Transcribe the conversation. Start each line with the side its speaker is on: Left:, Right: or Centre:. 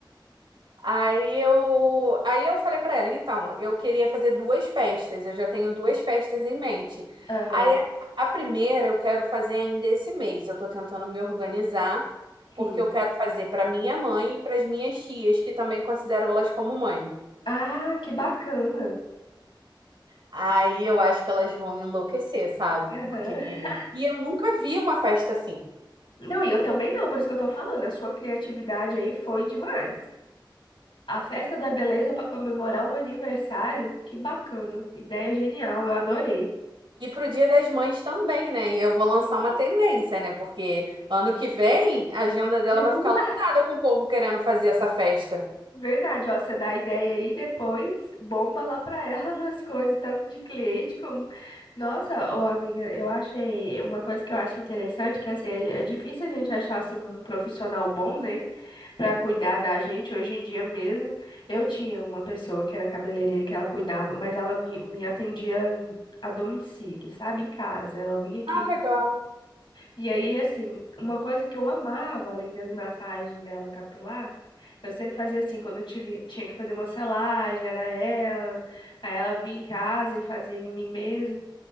Right: Aí eu, aí eu falei pra ela, então, eu queria fazer duas festas, eu já tenho duas festas em mente.
Left: Aham,
Right: Aí a a primeira eu quero fazer ainda esse mês, eu tô tentando me organizar, porque
Left: sim.
Right: eu quero fazer pra minha mãe e pras minhas tias, que também considero elas como mãe.
Left: Ah, que bacana.
Right: Aí eu acho que elas vão enlouquecer, sabe?
Left: Aham.
Right: Porque
Left: <laughs>
Right: e eu nunca vi uma festa assim.
Left: Não, e eu também não, por isso que eu tô falando. A sua criatividade aí foi demais. A festa da beleza pra comemorar um aniversário, que bacana. Ideia genial, eu adorei.
Right: E pro Dia das Mães também, né? E eu vou lançar
Left: Sim.
Right: uma tendência, né? Porque ano que vem a agenda dela
Left: <laughs>
Right: vai ficar lotada com o povo querendo fazer essa festa.
Left: Verdade, ó, você dá a ideia aí, depois bomba lá pra ela <laughs> nas coisas, tanto de cliente como. Nossa, ô amiga, eu achei uma coisa que eu acho interessante, que assim, é, é difícil a gente achar assim, um profissional bom, né, Pra cuidar da gente hoje em dia mesmo. Eu tinha uma pessoa que era cabeleireira que ela cuidava, mas ela me, me atendia em- a domicílio, sabe, em casa. Ela vinha aqui
Right: Ah, legal.
Left: e aí, assim, uma coisa que eu amava, além das massagens dela capilar, eu sempre fazia assim, quando eu tive, tinha que fazer uma selagem, era ela, aí ela vinha em casa e fazia em mim mesmo.